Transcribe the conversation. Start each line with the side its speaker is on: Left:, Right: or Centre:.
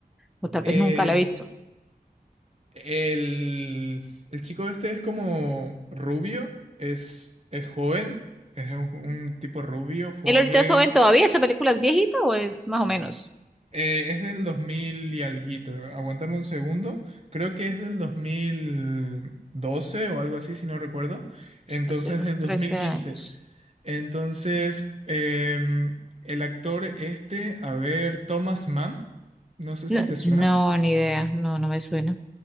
Centre: o tal
Right: eh,
Centre: vez nunca la he visto.
Right: El, el chico este es como rubio, es, es joven, es un, un tipo rubio, joven.
Centre: ¿Él ahorita es joven todavía? ¿Esa película es viejita o es más o menos?
Right: eh, es del 2000 y alguito. Aguántame un segundo. Creo que es del 2012 o algo así, si no recuerdo. Entonces,
Centre: Hace unos
Right: del
Centre: 13
Right: dos mil quince
Centre: años.
Right: Entonces, em, el actor este, a ver, Thomas Mann, no sé
Centre: No,
Right: si te suena.
Centre: no, ni idea. No, no me suena.